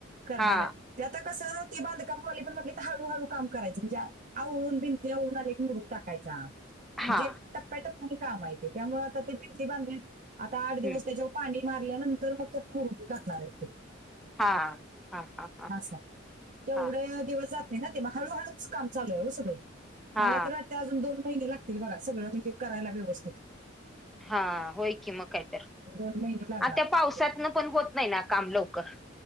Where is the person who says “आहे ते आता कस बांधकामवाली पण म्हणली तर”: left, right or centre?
Right